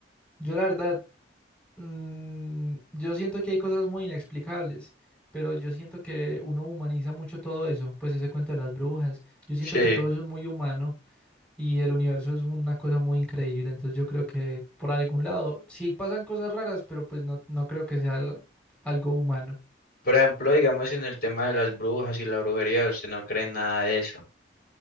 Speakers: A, in the centre; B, on the left.
A: Yo la verdad, mm, yo siento que hay cosas muy inexplicables, pero yo siento que uno humaniza mucho todo eso, pues ese cuento de las brujas. Yo siento
B: Sí.
A: que todo eso es muy humano. Y el universo es una cosa muy increíble, entonces yo creo que por algún lado, sí pasan cosas raras, pero pues no, no creo que sea al- algo humano.
B: Por ejemplo, digamos en el tema de las brujas y la brujería, usted no cree en nada de eso.